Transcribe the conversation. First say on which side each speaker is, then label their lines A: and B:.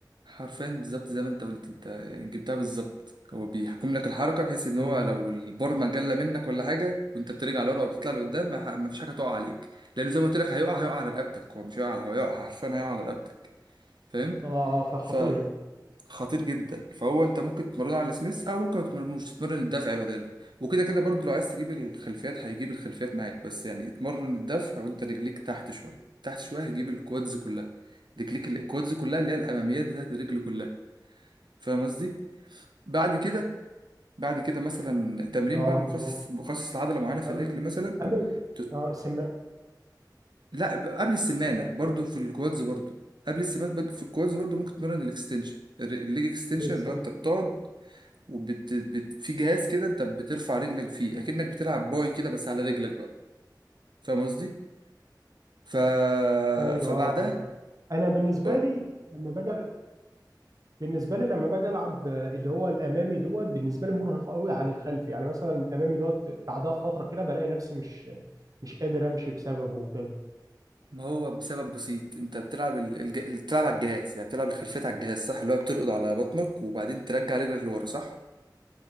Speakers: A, on the right; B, on the right.
A: حرفيا بالظبط زي ما انت قلت انت يعني جبتها بالظبط هو بيحكم لك الحركه بحيث ان هو
B: مظبوط
A: لو البرمه جله منك ولا حاجه وانت بترجع لورا وبتطلع لقدام ما ح- ما فيش حاجه تقع عليك لانه زي ما قلت لك هيقع هيقع على رقبتك هو مش هيقع على- هو هيقع حرفيا هيقع على رقبتك فاهم
B: اه آه، فخطير
A: فخطير
B: يعني
A: جدا فهو انت ممكن تمرنه على السميث او ممكن ما تمرنوش تتمرن الدفع بداله وكده كده برضو لو عايز تجيب الخلفيات هيجيب الخلفيات معاك بس يعني اتمرن الدفع وانت رجليك تحت شويه تحت شويه هيجيب الكوادز كلها رجليك الكوادز كلها اللي هي الاماميات بتاعت الرجل كلها فاهم قصدي بعد كده بعد كده مثلا تمرين
B: اه
A: بقى
B: مظبوط
A: مخصص مخصص لعضله معينه في
B: اما
A: الرجل مثلا
B: اما
A: ت-
B: اه السمانه
A: لا ب- قبل السمانه
B: بقى
A: برضو في الكوادز برضو قبل السمانه بج- في الكوادز برضو ممكن تمرن الاكستنشن الر- الليج اكستنشن
B: زي السم
A: اللي هو انت بتقعد وبت بت... في جهاز كده انت بترفع رجلك فيه اكنك بتلعب باي كده بس على رجلك بقى فاهم قصدي ف
B: ايوه
A: فبعدها
B: اه فهمت انا بالنسبه
A: اه،
B: لي لما باجي بالنسبه لي لما باجي العب آه، اللي هو الامامي دوت بالنسبه لي مرهق قوي عن الخلفي يعني مثلا الامامي دوت بعدها بفتره كده بلاقي نفسي مش مش قادر امشي بسببه وكده
A: ما هو بسبب بسيط انت بتلعب ال... الج... بتلعب على الجهاز يعني بتلعب الخلفيات على الجهاز صح اللي هو بترقد على بطنك وبعدين ترجع رجلك لورا صح